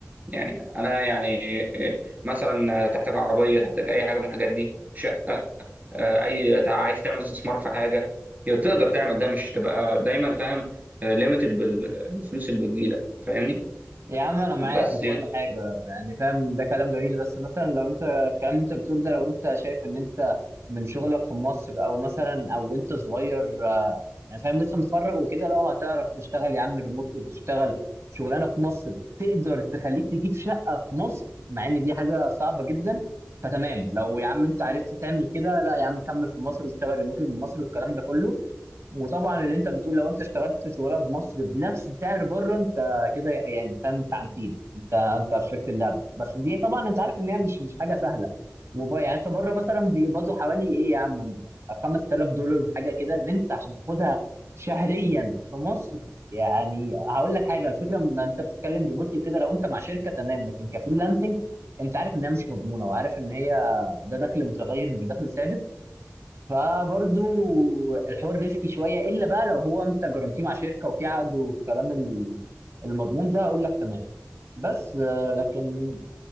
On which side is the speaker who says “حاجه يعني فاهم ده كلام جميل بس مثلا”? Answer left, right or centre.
Right